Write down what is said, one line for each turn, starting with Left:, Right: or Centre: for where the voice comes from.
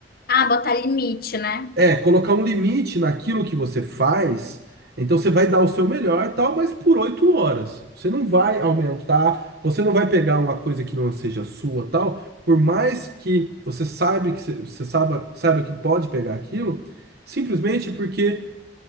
Left: Ah, botar limite, né?
Right: É, colocar um limite naquilo que você faz. Então você vai dar o seu melhor, e tal, mas por oito horas. Você não vai aumentar, você não vai pegar uma coisa que não seja sua, tal. Por mais que você saiba que você você saiba, saiba que pode pegar aquilo, simplesmente porque